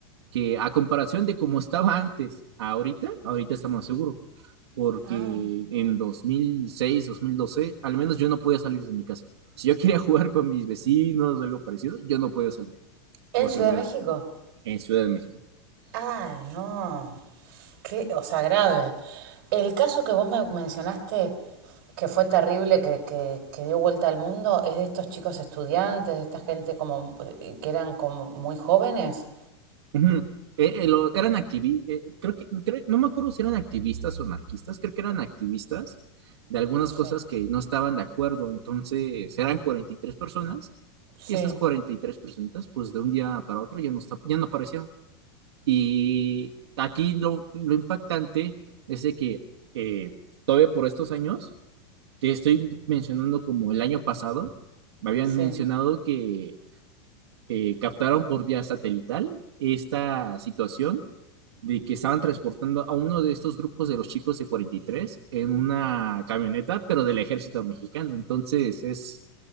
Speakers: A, on the right (about 75°); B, on the right (about 45°).
A: que a comparación de cómo estaba antes, ahorita, ahorita está más seguro, porque
B: Ah,
A: en dos dos mil seis dos mil doce al menos yo no podía salir de mi casa. Si yo quería <laughs> jugar con mis vecinos o algo parecido, yo no podía salir,
B: ¿en
A: por
B: Ciudad
A: seguridad,
B: de México?
A: en Ciudad de México.
B: Ah, no. Qué, o sea, grave. El caso que vos me mencionaste, que fue terrible, que, que, que dio vuelta al mundo, es de estos chicos estudiantes, de esta gente como eh, que eran como muy jóvenes.
A: Ujú. Eh, eh, lo- eran activistas, creo que, creo- no me acuerdo si eran activistas o anarquistas, creo que eran activistas de algunas
B: Sí,
A: cosas que no estaban de acuerdo, entonces eran 43 personas
B: sí,
A: y estas 43 personas, pues de un día para otro ya no, está- ya no aparecieron. Y aquí lo, lo impactante es de que eh, todavía por estos años, te estoy mencionando como el año pasado, me habían
B: sí,
A: mencionado que eh, captaron por vía satelital esta situación de que estaban transportando a uno de estos grupos de los chicos de 43 en una camioneta, pero del ejército mexicano. Entonces es,